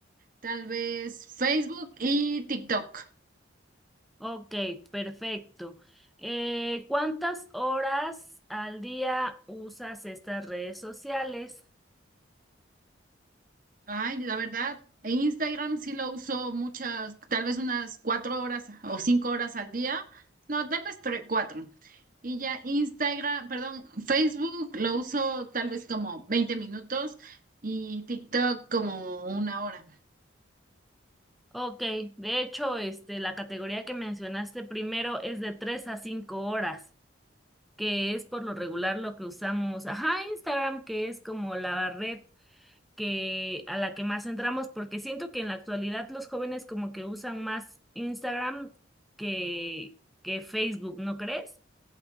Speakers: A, on the right; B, in the centre.
A: tal vez Facebook y TikTok.
B: Ok, perfecto. Eh, ¿cuántas horas al día usas estas redes sociales?
A: Ay, la verdad, en Instagram sí lo uso muchas, tal vez unas cuatro horas o cinco horas al día. No, tal vez tres, cuatro. Y ya Instagram, perdón, Facebook lo uso tal vez como 20 minutos y TikTok como una hora.
B: Ok, de hecho, este, la categoría que mencionaste primero es de 3 a 5 horas, que es por lo regular lo que usamos. Ajá, Instagram, que es como la red que, a la que más entramos, porque siento que en la actualidad los jóvenes como que usan más Instagram que, que Facebook, ¿no crees?